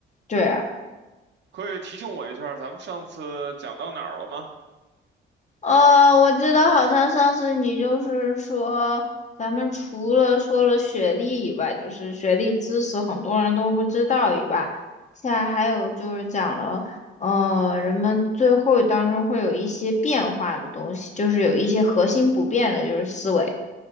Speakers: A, on the left; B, on the right.
A: 对啊，
B: 可以提醒我一下，咱们上次讲到哪儿了吗？
A: 哦，我记得好像上次你就是说，咱们除了说了学历以外，就是学历知识很多人都不知道以外，现在还有就是讲了，呃，人们最后当中会有一些变化的东西，就是有一些核心不变的，就是思维，